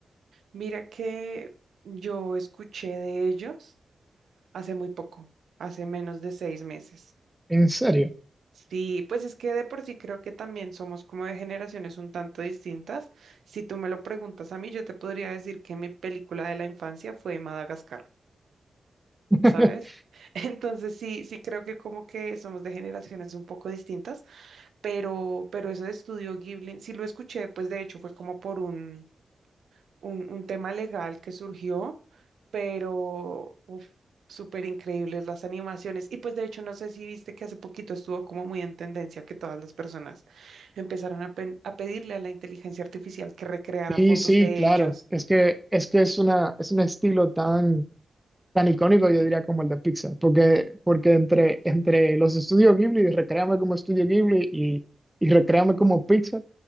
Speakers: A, on the right; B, in the centre.
A: mira que yo escuché de ellos hace muy poco, hace menos de seis meses.
B: ¿En serio?
A: Sí, pues es que de por sí creo que también somos como de generaciones un tanto distintas. Si tú me lo preguntas a mí, yo te podría decir que mi película de la infancia fue Madagascar,
B: <laughs>
A: ¿sabes? <laughs> Entonces sí, sí creo que como que somos de generaciones un poco distintas, pero, pero eso de Estudio Ghibli, sí lo escuché, pues de hecho fue como por un un, un tema legal que surgió, pero uf, súper increíbles las animaciones. Y pues de hecho, no sé si viste que hace poquito estuvo como muy en tendencia que todas las personas empezaron a, pen- a pedirle a la inteligencia artificial que recreara
B: Sí,
A: fotos
B: sí,
A: de
B: claro.
A: ellos.
B: Es que es que es una es un estilo tan tan icónico, yo diría como el de Pixar, porque porque entre entre los estudios Ghibli y Recréame como estudio Ghibli y y Recréame como Pixar,